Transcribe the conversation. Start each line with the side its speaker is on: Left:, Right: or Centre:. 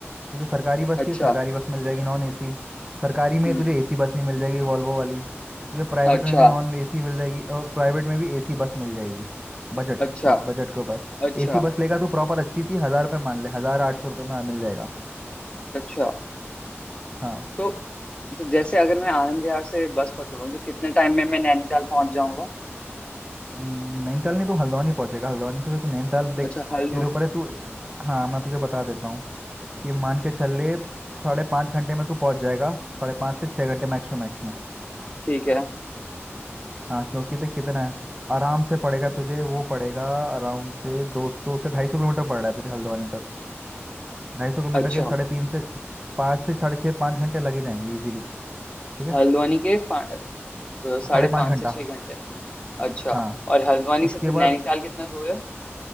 Right: तुझे सरकारी बस
Left: अच्छा
Right: चाहिए सरकारी बस मिल जाएगी नॉन एसी सरकारी में
Left: हम्म
Right: तुझे एसी बस भी मिल जाएगी वॉल्वो वाली तुझे प्राइवेट
Left: अच्छा
Right: में भी नॉन एसी मिल जाएगी और प्राइवेट में भी एसी बस मिल जाएगी बजट
Left: अच्छा
Right: बस बजट के ऊपर
Left: अच्छा
Right: एसी बस लेगा तो प्रॉपर अच्छी सी हज़ार रुपये मान ले हज़ार आठ सौ रुपये में मिल जाएगा
Left: अच्छा
Right: हाँ
Left: तो तो जैसे अगर मैं आनंद विहार से बस पकड़ूं तो कितने टाइम में मैं नैनीताल पहुंच जाऊंगा
Right: हम्म, नैनीताल नहीं तो हल्द्वानी पहुंचेगा हल्द्वानी से फिर तू नैनीताल देख
Left: अच्छा हल्द्वानी
Right: तेरे ऊपर है तू हाँ मैं तुझे बता देता हूँ कि मान के चल ले साढ़े पाँच घंटे में तू पहुंच जाएगा साढ़े पाँच से छः घंटे मैक्स टू मैक्स में
Left: ठीक है
Right: हाँ क्योंकि देख कितना है आराम से पड़ेगा तुझे वो पड़ेगा अराउंड से दो सौ से ढाई सौ किलोमीटर पड़ रहा है तुझे हल्द्वानी तक ढाई सौ किलोमीटर
Left: अच्छा
Right: के साढ़े तीन से पाँच से साढ़े छः पाँच घंटे लगे जाएंगे इजीली ठीक है
Left: हल्द्वानी के पा- अ, साढ़े
Right: साढ़े पाँच
Left: पाँच
Right: घंटा
Left: से छह घंटे अच्छा
Right: हाँ
Left: और हल्द्वानी
Right: उसके
Left: से फिर
Right: बाद
Left: नैनीताल कितना दूर है